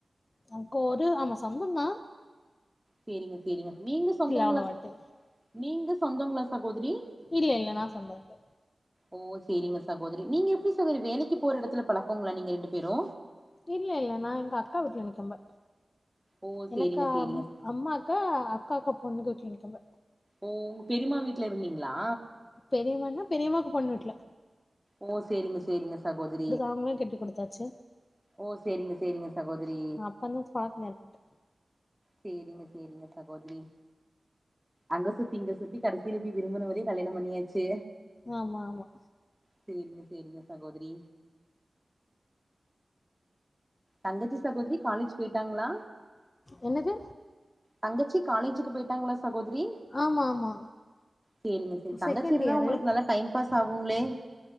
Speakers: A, on the left (about 35°); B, in the centre.
A: நமக்கு ஆமா சொந்ததா
B: சேரிங்க சேரிங்க நீங்க சொந்தங்ளா
A: அவ்ளவாட்டு
B: நீங்க சொந்தங்ளா சகோதரி
A: இல்ல இல்ல நா சொந்தோ இல்ல
B: ஓ சேரிங்க சகோதரி நீங்க எப்டி சகோதரி வேலைக்கு போற எடத்துல பழக்கங்ளா நீங்க ரெண்டு பேரு
A: இல்ல இல்ல நா எங்க அக்கா வீட்ல இருக்குபோ
B: ஓ சேரிங்க
A: எனக்கு
B: சேரிங்க
A: அம்மாக்கு அக்காக்கு பொண்ணுகே விட்டீங்க கம
B: ஓ பெரிம்மா வீட்ல இருந்தீங்களா
A: பெரிமாண்ணப் பெரிமாக் பொண்ணு விடல
B: ஓ சேரிங்க சேரிங்க சகோதரி
A: அவங்களு கெட்டி குடுத்தாச்சு
B: ஓ சேரிங்க சேரிங்க சகோதரி
A: அப்பந்தா பழக்கோ ஏற்பட்டு
B: சேரிங்க சேரிங்க சகோதரி அங்க சுத்தி இங்க சுத்தி கடைசில போய் விரும்புனதே கல்யாண பண்ணியாச்சு
A: ஆமா ஆமா
B: சேரிங்க சேரிங்க சகோதரி தங்கச்சி சகோதரி காலேஜ் போயிட்டாங்களா
A: என்னது
B: தங்கச்சி காலேஜிக்கு போயிட்டாங்களா சகோதரி
A: ஆமா ஆமா
B: சேரிங்க செரி தங்கச்சி
A: செகண்ட்
B: இருந்தா
A: இயரு
B: உங்களுக்கு நல்ல டைம் பாஸ் ஆகுங்களே